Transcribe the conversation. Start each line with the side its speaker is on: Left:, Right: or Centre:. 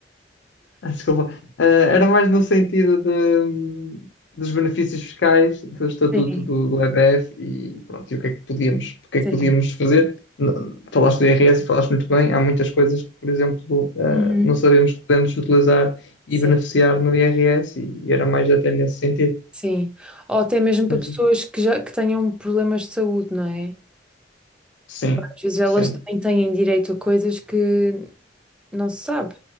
Left: <laughs> Ah, Desculpa. Ah, era mais no sentido de, dos benefícios fiscais do estatuto
Centre: sim.
Left: do, do EDF e pronto, e o que é que podíamos, o que
Centre: Sim.
Left: é que podíamos fazer? N- Falaste do IRS, e falaste muito bem, há muitas coisas que, por exemplo, ah,
Centre: Uhum.
Left: não sabemos que podemos utilizar e
Centre: Sim,
Left: beneficiar no IRS e, e era mais até nesse sentido.
Centre: sim. Ou até mesmo para
Left: Mas
Centre: pessoas
Left: diz-
Centre: que já que tenham problemas de saúde, não é?
Left: Sim,
Centre: Tipo, às vezes elas
Left: sim,
Centre: também têm direito a coisas que não se sabe.